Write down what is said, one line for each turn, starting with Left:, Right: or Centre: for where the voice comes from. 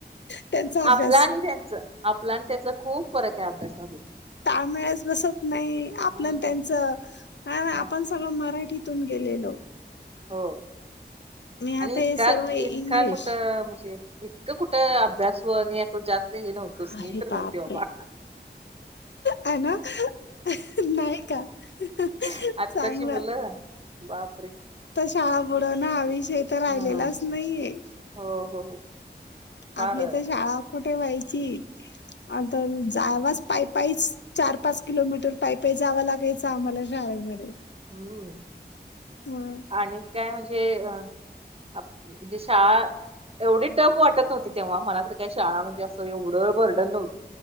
Left: त्यांचा अभ्यास
Right: आपला आणि त्यांच आपला आणि त्यांचा खूप फरक आहे अभ्यासामध्ये
Left: ताळमेळ बसत नाही आपण
Right: हम्म
Left: त्यांच
Right: हम्म नाही
Left: आपण सगळ मराठी तून गेलेलो.
Right: हो
Left: आता
Right: आणि इतका
Left: हे सर्व इंग्लिश
Right: इतका कुठं म्हणजे. इतकं कुठं अभ्यास व आणि अस जास्त हे नव्हतच
Left: अरे
Right: मी तर
Left: बापरे
Right: नव्हते बाबा.
Left: आहे ना नाही का चांगलं.
Right: आत्ताची मुलं बापरे!
Left: चहा बुडवण ह विषय तर राहिलेलाच
Right: हम्म
Left: नाहीये.
Right: हो हो. फार
Left: आपली तर शाळा कुठे व्हायची? आता तर जावाच पायपाईच चार पाच किलोमीटर पायपाई. जाव लागायच आम्हाला शाळेमध्ये
Right: हम्म
Left: हं.
Right: आणि काय म्हणजे? म्हणजे शाळा एवढी टफ वाटत न्हवती तेव्हा मला काय. शाळा म्हणजे अस एवढ बर्डन नव्हतं